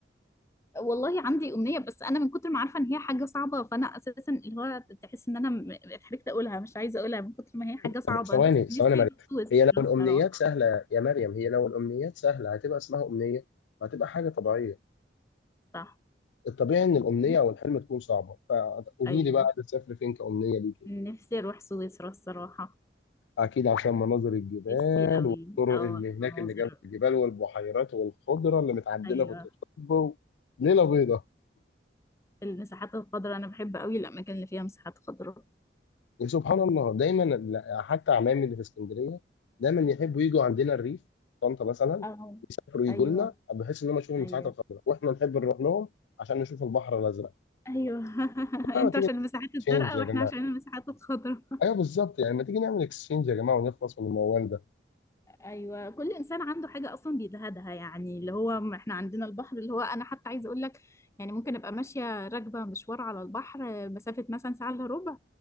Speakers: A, on the left; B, on the left.
A: والله عندي أمنية بس أنا من كتر ما عارفة إن هي حاجة صعبة فأنا أساسا اللي هو تحس إن أنا م- اتحركت أقولها مش عايزة أقولها من كتر ما هي حاجة صعبة
B: طب ثواني
A: نفسي
B: ثواني
A: نفسي
B: مريم
A: أروح سويسرا
B: هي لو الأمنيات
A: الصراحة
B: سهلة يا مريم هي لو الأمنيات سهلة هتبقى اسمها أمنية وهتبقى حاجة طبيعية
A: صح
B: الطبيعي إن الأمنية
A: نفسي
B: أو الحلم تكون صعبة فقولي
A: أيوه
B: لي بقى عايزة تسافري فين كأمنية ليكي
A: نفسي أروح سويسرا الصراحة
B: أكيد عشان مناظر الجبال
A: نفسي أوي
B: الطرق
A: أو
B: اللي
A: مناظر
B: هناك اللي جنب الجبال والبحيرات والخضرة اللي متعدلة
A: أيوه
B: في التصوير ليلة بيضاء
A: المساحات الخضراء أنا بحب أوي الأماكن اللي فيها مساحات خضراء
B: يا سبحان الله دايما لا، حتى عمامي اللي في اسكندرية دايما يحبوا يجوا عندنا الريف طنطا مثلا
A: أه
B: يسافروا يجوا
A: أيوه
B: لنا بحيث ان هم يشوفوا المساحات
A: أيوه
B: الخضراء واحنا نحب نروح لهم عشان نشوف البحر الازرق
A: أيوه <laughs>
B: طب ما
A: أنتوا
B: تيجي
A: عشان المساحات الزرقاء
B: اكسشينج يا
A: وإحنا
B: جماعه
A: عشان المساحات الخضراء
B: ايوه بالظبط يعني ما تيجي نعمل اكسشينج يا جماعه ونخلص من الموال ده
A: ايوه كل انسان عنده حاجه اصلا بيزهدها يعني اللي هو م- احنا عندنا البحر اللي هو انا حتى عايزه اقول لك يعني ممكن ابقى ماشيه راكبه مشوار على البحر آه، مسافه مثلا ساعه الا ربع